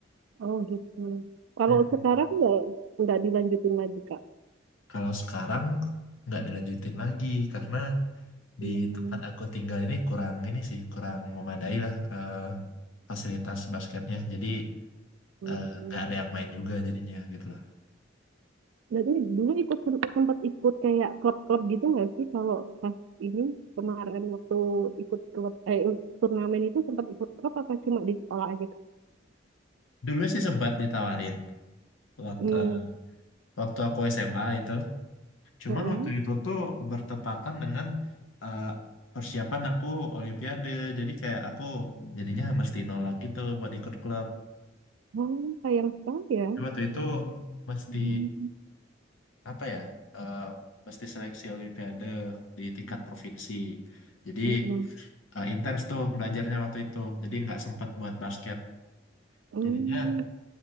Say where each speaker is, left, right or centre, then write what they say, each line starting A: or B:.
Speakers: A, on the right (about 80°); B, on the left (about 85°).
A: Oh gitu. Kalau
B: Mhm.
A: sekarang nggak nggak dilanjutin lagi Kak.
B: Kalau sekarang nggak dilanjutin lagi karena di
A: Hmm,
B: tempat aku tinggal ini kurang ini sih kurang memadai lah eh, fasilitas basketnya jadi
A: hmm.
B: eh, nggak ada yang main juga jadinya gitu loh
A: Jadi dulu ikut sempat, sempat ikut kayak klub-klub gitu nggak sih kalau pas ini kemarin waktu ikut klub eh turnamen itu sempat ikut klub apa cuma di sekolah aja Kak?
B: dulu sih sempat ditawarin waktu,
A: Hmm.
B: waktu aku SMA itu Cuman
A: Mm-mm.
B: waktu itu tuh bertepatan dengan eh, persiapan aku Olimpiade. Jadi kayak aku jadinya mesti nolak gitu buat ikut klub.
A: Oh, sayang sekali ya.
B: Jadi Waktu itu mesti
A: Hmm,
B: apa ya? eh, mesti seleksi Olimpiade di tingkat provinsi. Jadi
A: mm-mm.
B: eh, intens tuh belajarnya waktu itu. Jadi nggak sempat buat basket.
A: Hmm,
B: Jadinya